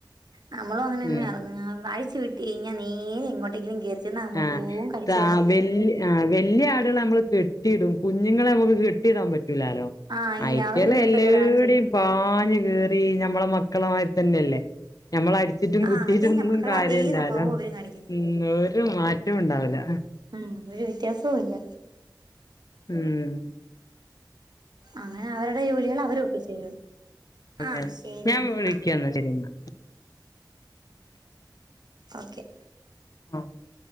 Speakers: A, on the right; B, on the left.
A: നമ്മളും അങ്ങനെ തന്നെ
B: ഉം
A: ആയ് രുന്നു അയിച്ചു വിട്ടു കഴിഞ്ഞാ നേരെ എങ്ങോട്ടേങ്കിലും കേറി ചെന്ന് അത് മൊത്തവും
B: ആഹ്
A: കടിച്ച്
B: താ
A: പറിച്ചു
B: വല്യ
A: തിന്ന്
B: ആഹ്, വെല്യആടുകളെ നമ്മള് കെട്ടിയിടും കുഞ്ഞുങ്ങളെ നമ്മുക്ക് കെട്ടിയിടാൻ പറ്റൂലാലോ.
A: ആഹ് ഇല്ല
B: അവറ്റകള്
A: അവര് കുരുത്തക്കേട്
B: എല്ലാടവും
A: കാണിച്ച് വെക്കും
B: പാഞ്ഞു കേറി ഞമ്മളെ മക്കളെമാതിരി തന്നെ അല്ലേ, ഞമ്മളെ അ അടിച്ചിറ്റും
A: ആഹ്
B: കുത്തിട്ടൊന്നും
A: അത് തന്നെ മക്കളുടെ
B: കാര്യല്ലാലോ,
A: അതേ സ്വഭാവം അവരും കാണിക്കുന്നെ
B: ഉം ഒരു മാറ്റം ഉണ്ടാവൂല.
A: ഉം ഒരു വ്യത്യാസവും ഇല്ല.
B: ഉം.
A: അങ്ങനെ അവരുടെ ജോലികൾ അവര് ഒപ്പിച്ച് തരും.
B: അതെ
A: ആഹ്
B: അതെ,
A: ശരി
B: ഞാൻ
A: എന്നാ
B: വിളിക്കാ എന്നാ ശരി എന്നാ.
A: ഓക്കെ.
B: ഓഹ്.